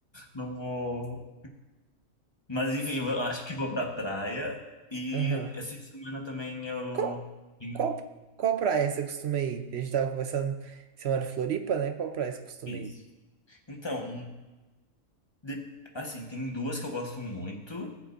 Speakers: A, on the left; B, on the right.
A: Não vou. Mas enfim, eu acho que vou pra praia e
B: Não.
A: eu- essa semana também eu
B: Qual,
A: tenho
B: qual, qual praia você costuma ir? A gente tava conversando, você mora em Floripa, né? Qual praia você costuma
A: isso.
B: ir?
A: Então, de- assim, tem duas que eu gosto muito.